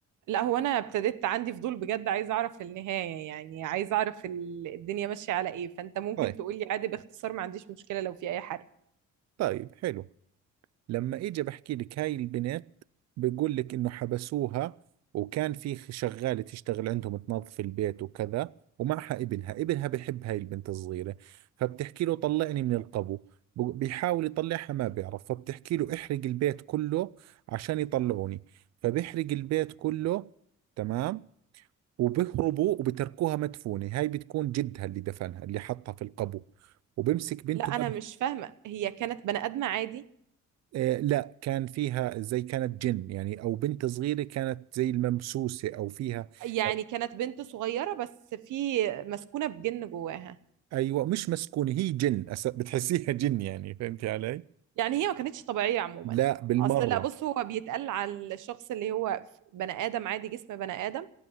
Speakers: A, on the right; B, on the right.
A: لا هو انا ابتديت عندي فضول بجد عايزه اعرف النهايه يعني عايزه اعرف ال- الدنيا ماشيه على ايه فانت ممكن
B: طيب
A: تقولي عادي باختصار ما عنديش مشكله لو في اي حرق
B: طيب حلو لما اجي بحكي لك هاي البنت بقول لك انه حبسوها وكان في شغالة تشتغل عندهم تنظف البيت وكذا ومعها ابنها ابنها بحب هاي البنت الصغيرة فبتحكي له طلعني من القبو ب- بيحاول يطلعها ما بيعرف فبتحكي له احرق البيت كله عشان يطلعوني فبيحرق البيت كله تمام وبيهربوا وبتركوها مدفونة هاي بتكون جدها اللي دفنها اللي حطها في القبو وبمسك بنته
A: لا انا
B: هذه
A: مش فاهمه هي كانت بني ادمه عادي
B: آه لا كان فيها زي كانت جن يعني أو بنت صغيرة كانت زي الممسوسة أو فيها
A: يعني
B: أو
A: كانت بنت صغيره بس في مسكونه بجن جواها
B: أيوة مش مسكونة هي جن أس- بتحسيها جن يعني فهمتي علي؟
A: يعني هي ما كانتش طبيعيه عموما
B: لا بالمرة
A: اصل لا بص هو بيتقال على الشخص اللي هو بني ادم عادي جسم بني ادم